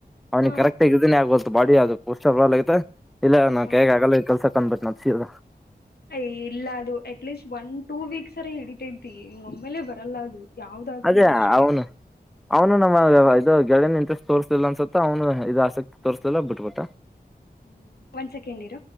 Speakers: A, in the centre; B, on the left.
A: ಅವ್ನಿಿಗೆ
B: ಹಾ
A: ಕರೆಕ್ಟ್ ಆಗ ಇದನೇ ಆಗಬೋದು ಬಾಡಿ ಅದು ಪೋಸ್ಲ್ ಆಗತೆ ಇಲ್ಲ ನಾ
B: ಹಾ
A: ಹೇಗ ಆಗಲ್ಲ ಕೆಲ್ಸ ಕಂದ್ಬಿಟ್ಟು ನ್ ಸೀರದ
B: ಯ ಇಲ್ಲ ಅದು ಅಟ್ಲೀಸ್ಟ್ ಒನ್ ಟೂ ವೀಕ್ಸ್ರ ಹಿಡಿತ ಇತಿ ಒಮ್ಮೇಲೆ ಬರ್ ಲ್ಲ ಅದು ಯಾವದಾದ್ನು
A: ಅದೇ
B: ಅಷ್ಟೇ
A: ಅವನು ಅವನು ನಮ್ಮ ಇದು ಳನ್ ಇಂಟ್ರೆಸ್ಟ್ ತೋರ್ಸಿಲ್ಲ ಅನ್ಸುತ್ತೆ ಅವನು ಇದು ಆಸಕ್ತಿ
B: ಹ್ಮ
A: ತೋರ್ಸ್ಲಿಲ್ಲ ಬಿಟ್ಬಿಟ್ಟ
B: ಹ್ಮ ಒಂದ್ ಸೆಕೆಂಡ್ ಇರ